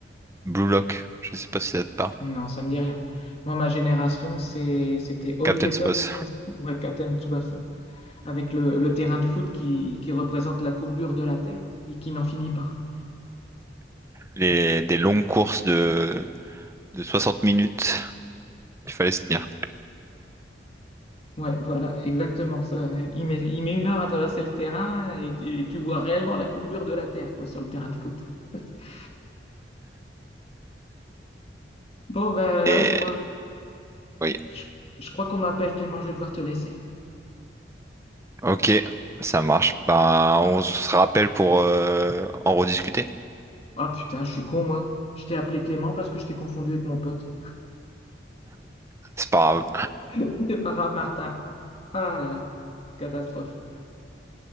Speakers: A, on the right; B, on the left.
A: Blue Lock, je sais pas si ça te parle.
B: Non, ça me dit rien. Moi, ma génération, c'est, c'était Olive
A: Captain
B: et
A: Space.
B: Tom, en français, ouais, Katen Tsubasa. avec le, le terrain de foot qui, qui représente la courbure de la Terre et qui n'en finit pas.
A: les, des longues courses de, de 60 minutes. Il fallait se tenir.
B: Ouais, voilà, exactement. Ça, il met, il met une heure à traverser le terrain et, et tu vois réellement la courbure de la Terre, quoi, sur le terrain de foot. <laughs> Bon, ben
A: Et
B: là, je crois,
A: oui,
B: je, je crois qu'on m'appelle Clément, je vais devoir te laisser.
A: ok, ça marche. Ben, on se rappelle pour euh, en rediscuter.
B: Ah putain, je suis con, moi. Je t'ai appelé Clément parce que je t'ai confondu avec mon pote.
A: C'est pas grave.
B: <laughs> C'est pas grave, Martin. Ah là, catastrophe.